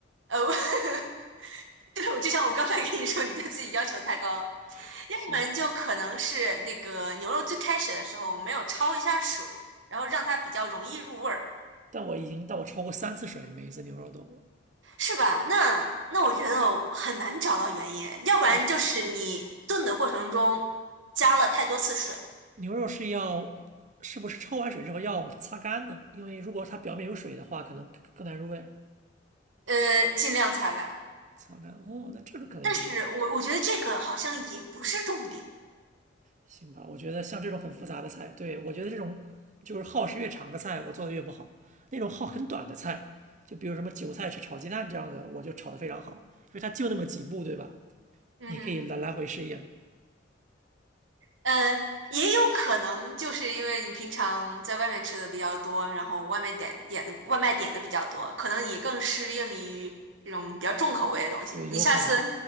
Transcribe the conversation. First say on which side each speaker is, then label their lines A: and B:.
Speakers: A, on the right; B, on the right.
A: 呃，<laughs> 对，我就像我刚才跟你说，你对自己要求太高了，
B: <laughs>
A: 要不然就可能是那个牛肉最开始的时候我们没有焯一下水，
B: 行，
A: 然后让它比较容易入味儿。
B: 但我已经但我超过三次水，每一次牛肉都，
A: 是吧？那那我觉得很难找到原因，要不然就是你炖的过程中加了太多次水，
B: 哦，是牛肉是要是不是焯完水之后要擦干呢？因为如果它表面有水的话，可能更难入味。
A: 呃，尽量擦干。
B: 擦干哦，那这个可能也是原因。
A: 但是我我觉得这个好像也不是重点，
B: 行吧，我觉得像这种很复杂的菜，对，我觉得这种就是耗时越长的菜，我做的越不好。那种耗很短的菜，就比如什么韭菜炒鸡蛋这样的，我就炒得非常好，因为它就那么几步，对吧？
A: 嗯哼，
B: 你可以来来回试验。
A: 呃，也有可能就是因为你平常在外面吃的比较多，然后外面点点的外卖点的比较多，可能你更适应于这种比较重口味的东西。
B: 对，有可能，
A: 你下次